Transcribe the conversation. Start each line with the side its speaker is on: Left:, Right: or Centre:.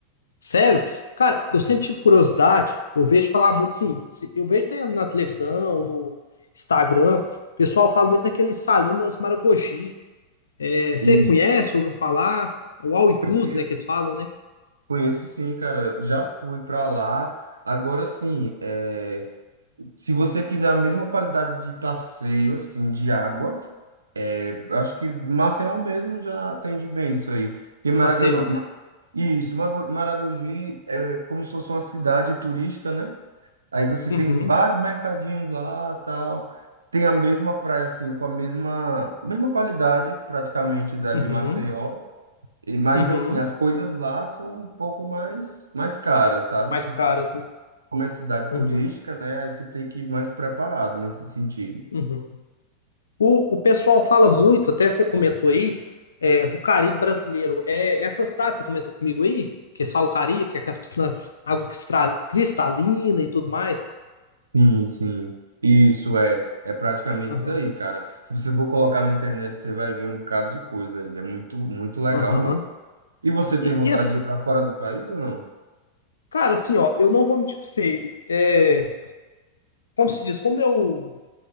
Left: sério? Cara,
Right: Uhum.
Left: eu sempre tive curiosidade, eu vejo falar muito, sim, se- eu vejo né, na televisão, no Instagram, o pessoal fala muito daquele Salinas Maragogi. É, você
Right: E
Left: conhece, ouviu falar? É o All Inclusive,
Right: conheço,
Left: né, que eles falam, né?
Right: conheço sim, cara. Já fui para lá. Agora sim, é, se você quiser a mesma qualidade de passeio, assim, de água, é, eu acho que Maceió mesmo já atende bem isso aí. Porque Maracanã,
Left: Maceió, né?
Right: Isso, Mago- Maragogi é como se fosse uma cidade turística, né? Aí você
Left: Uhum,
Right: tem vários mercadinhos lá, tal. Tem a mesma praia, assim, com a mesma, mesma qualidade, praticamente, da
Left: uhum,
Right: de Maceió. E, mas,
Left: uhum.
Right: assim, as coisas lá são um pouco mais, mais caras, sabe?
Left: Mais
Right: Porque
Left: caras, né?
Right: como é cidade
Left: Uhum,
Right: turística, né? Aí você tem que ir mais preparado nesse sentido.
Left: uhum. O, o pessoal fala muito, até você comentou aí, é, do Caribe brasileiro. É, essas táticas, você comentou comigo aí, que eles falam Caribe, que é aquelas piscinas, água cristra- cristalina e tudo mais.
Right: Sim, sim. Isso é, é praticamente
Left: Aham,
Right: isso aí, cara. Se você for colocar na internet, você vai ver um bocado de coisa aí. É muito, muito legal
Left: aham.
Right: mesmo. E você tem
Left: E,
Right: vontade
Left: e as-
Right: de ir para fora do país ou não?
Left: cara, assim, ó, eu não vou mentir pra você. é, como se diz, como eu,